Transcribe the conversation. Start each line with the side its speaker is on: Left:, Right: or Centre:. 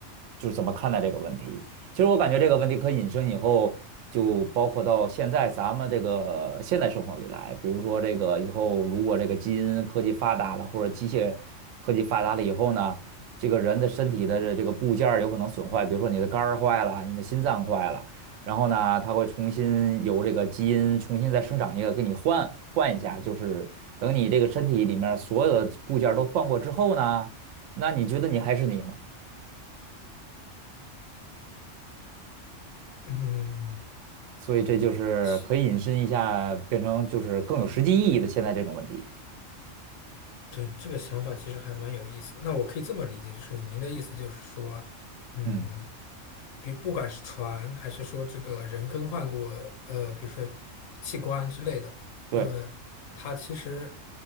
Right: 就是怎么看待这个问题。其实我感觉这个问题可引申以后，就包括到现在咱们这个现代生活里来，比如说这个以后如果这个基因科技发达了，或者机械科技发达了以后呢，这个人的身体的这这个部件儿有可能损坏，比如说你的肝儿坏了，你的心脏坏了。然后呢，它会重新由这个基因重新再生长一个，给你换换一下，就是等你这个身体里面所有的部件儿都换过之后呢，那你觉得你还是你吗？
Left: 嗯，
Right: 所以这就是可以引申一下，
Left: 其
Right: 变成就是更有实际意义的现在这种问题。
Left: 对你这个想法其实还蛮有意思的。那我可以这么理解，就是您的意思就是说，嗯，
Right: 嗯，
Left: 比不管是船还是说这个人更换过，呃，比如说器官之类的，
Right: 对，
Left: 那么它其实，